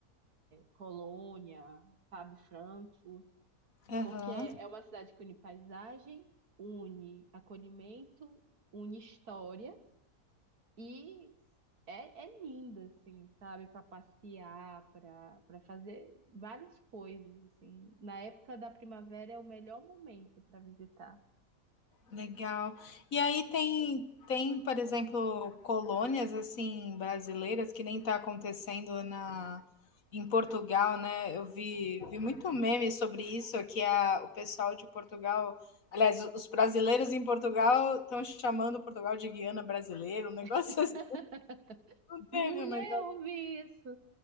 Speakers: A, on the right; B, on the left.
A: Colônia, sabe, Frankfurt.
B: aham,
A: Porque é uma cidade que une paisagem, une acolhimento, une história e é, é linda, assim, sabe? Para passear, para para fazer várias coisas, assim. Na época da primavera é o melhor momento para visitar.
B: legal. E aí tem tem, por exemplo, colônias assim brasileiras que nem está acontecendo na em Portugal, né? Eu vi vi muito meme sobre isso, que a, o pessoal de Portugal Aliás, os brasileiros em Portugal estão chamando Portugal de Guiana brasileiro, um negócio
A: <laughs>
B: <laughs> assim. Não teve
A: Mulher,
B: um negócio
A: eu ouvi isso.